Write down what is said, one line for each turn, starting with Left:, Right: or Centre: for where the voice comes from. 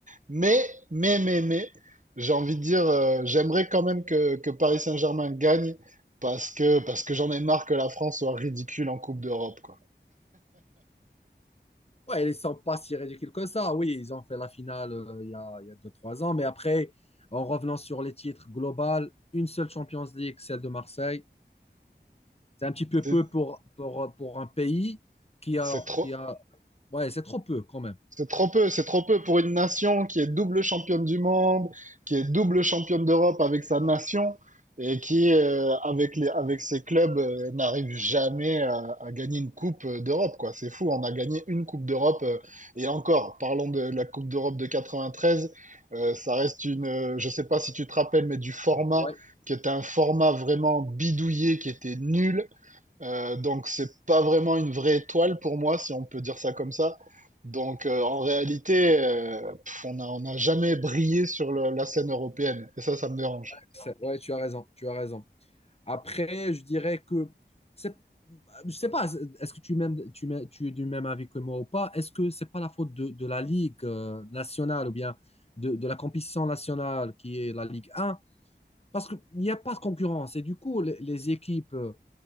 Right: Mais, mais, mais, mais, j'ai envie de dire, euh, j'aimerais quand même que, que Paris Saint-Germain gagne parce que, parce que j'en ai marre que la France soit ridicule en Coupe d'Europe, quoi.
Left: Ouais, ils sont pas si ridicules que ça. Oui, ils ont fait la finale euh, il y a, il y a deux, trois ans. Mais après, en revenant sur les titres globaux, une seule Champions League, celle de Marseille. C'est un petit peu
Right: C'est
Left: peu pour, pour, pour un pays qui a,
Right: c'est trop,
Left: qui a... Ouais, c'est trop peu quand même.
Right: C'est trop peu, c'est trop peu pour une nation qui est double championne du monde, qui est double championne d'Europe avec sa nation et qui, euh, avec les, avec ses clubs, euh, n'arrive jamais à, à gagner une coupe euh, d'Europe, quoi. C'est fou, on a gagné une coupe d'Europe euh, et encore, parlons de la coupe d'Europe de 93, euh, ça reste une, euh, je sais pas si tu te rappelles, mais du format
Left: Ouais,
Right: qui était un format vraiment bidouillé, qui était nul euh, donc c'est pas vraiment une vraie étoile pour moi, si on peut dire ça comme ça. Donc euh, en réalité, euh, pff, on a, on n'a jamais brillé sur le- la scène européenne. Et ça, ça me dérange.
Left: c'est- ouais, tu as raison, tu as raison. Après, je dirais que c'est, je sais pas, est-ce que tu m'aimes- tu m'aimes- tu es du même avis que moi ou pas? Est-ce que c'est pas la faute de, de la Ligue euh, nationale ou bien de, de la compétition nationale qui est la Ligue 1? parce qu'il n'y a pas de concurrence. Et du coup, les, les équipes, euh,